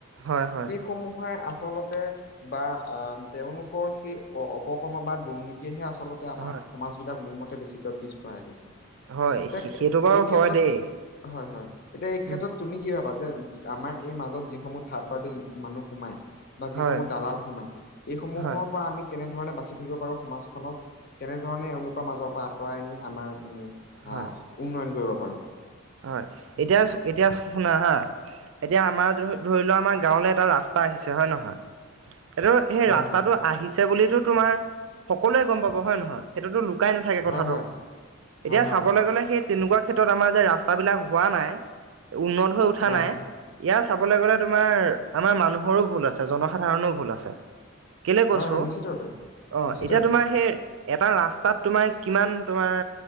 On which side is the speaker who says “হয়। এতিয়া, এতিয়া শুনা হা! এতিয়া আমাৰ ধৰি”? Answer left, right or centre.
Right